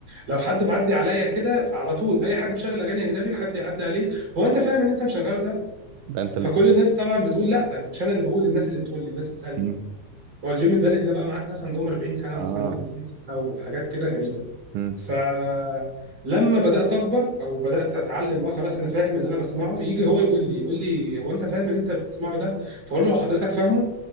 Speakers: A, on the right (about 35°); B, on the right (about 80°).
A: لو حد معدي عليا كده فعلى طول اي حد مشغل اغاني اجنبي حد يعدي عليه هو انت فاهم ان انت مشغله ده
B: ده انت اللي
A: فكل الناس طبعا بتقول لا مش انا اللي بقول الناس اللي بتقول لي الناس بتسالني
B: مم.
A: هو الجيم البلدي ده بقى معاك ناس عندهم 40 سنه
B: اه
A: ناس عندهم 50 سنه او حاجات كده غريبه
B: مم.
A: فلما بدات اكبر او بدات اتعلم بقى خلاص انا فاهم اللي انا بسمعه يجي هو يقول لي يقول لي هو انت فاهم اللي انت بتسمعه ده فاقول له هو حضرتك فاهمه